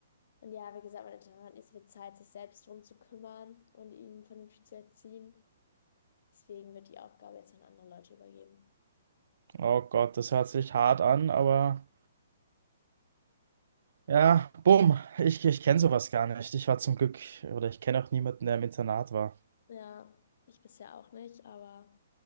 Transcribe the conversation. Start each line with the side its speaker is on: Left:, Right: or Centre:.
Left: und ja, wie gesagt, meine Tochter hat nicht so viel Zeit, sich selbst drum zu kümmern und ihn vernünftig zu erziehen. Deswegen wird die Aufgabe jetzt an andere Leute übergeben.
Right: Oh Gott, das hört sich hart an, aber. Ja, bumm. Ich, ich kenne sowas gar nicht. Ich war zum Glück, oder ich kenne auch niemanden, der im Internat war.
Left: Ja, ich bisher auch nicht, aber